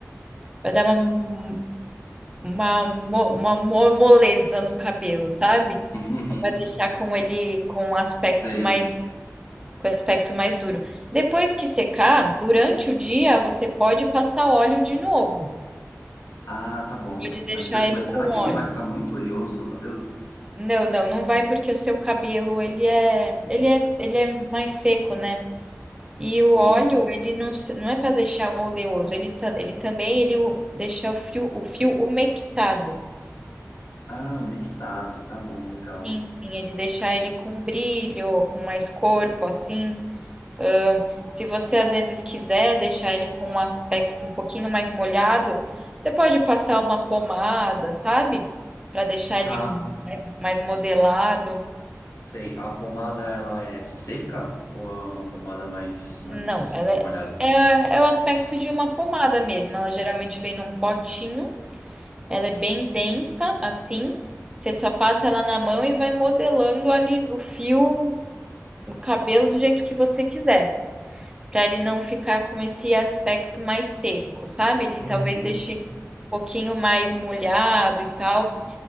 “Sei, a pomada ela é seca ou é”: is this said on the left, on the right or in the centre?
Left